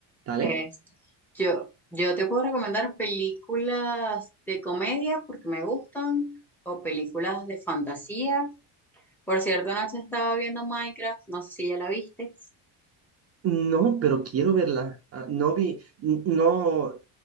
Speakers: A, on the right; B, in the centre.
A: ¿vale?
B: Este, yo, yo te puedo recomendar películas de comedia porque me gustan o películas de fantasía. Por cierto, anoche estaba viendo Minecraft, no sé si ya la viste.
A: No, pero quiero verla. Ah, no vi, n- no,